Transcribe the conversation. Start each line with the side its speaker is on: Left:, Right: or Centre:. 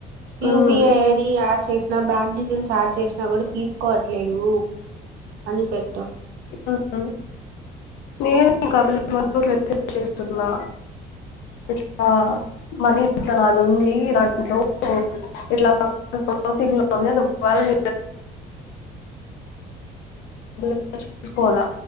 Right: U
Left: um,
Right: P I ID add చేసిన, బ్యాంక్ డీటెయిల్స్ యాడ్ చేసిన. నా కూడా తీసుకోవట్లేదు అని పెట్టాం.
Left: అఆ నేను కాబల ర చేస్తున్నా ఇట్లా మనీ ఇట్లా నాది ఉంది, దాంట్లో ఇట్లా ప్రాసింగ్ లో ఉంది అదొకవేల. <unintelligible> చూసుకోలా